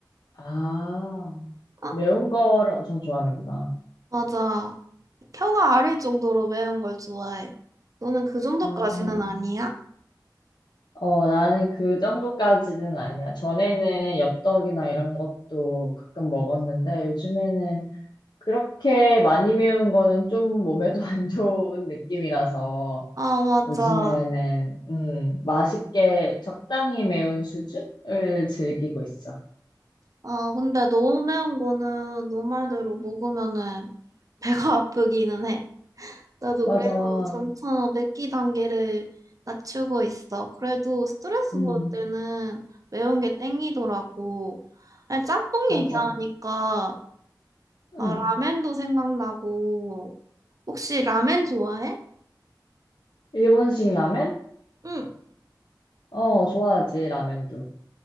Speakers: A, on the left (about 75°); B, on the right (about 50°).
A: 아,
B: 아,
A: 매운 거를 엄청 좋아하는구나.
B: 맞아. 혀가 아릴 정도로 매운 걸 좋아해. 너는 그 정도까지는
A: 아.
B: 아니야?
A: 어, 나는 그 정도까지는 아니야. 전에는 엽떡이나 이런 것도 가끔 먹었는데 요즘에는 그렇게 많이 매운 거는 좀 몸에도 <laughs> 안 좋은 느낌이라서
B: 아, 맞아.
A: 요즘에는 음, 맛있게 적당히 매운 수준을 즐기고 있어.
B: 아, 근데 너무 매운 거는 너 말대로 먹으면은 배가 <laughs> 아프기는 해. 나도
A: 맞아.
B: 그래서 점차 맵기 단계를 낮추고 있어. 그래도 스트레스
A: 음,
B: 받을 때는 매운 게 땡기더라고. 아니, 짬뽕
A: 맞아.
B: 얘기하니까 나
A: 음.
B: 라멘도 생각나고. 혹시 라멘 좋아해?
A: 일본식 라멘?
B: 응.
A: 어, 좋아하지, 라멘도.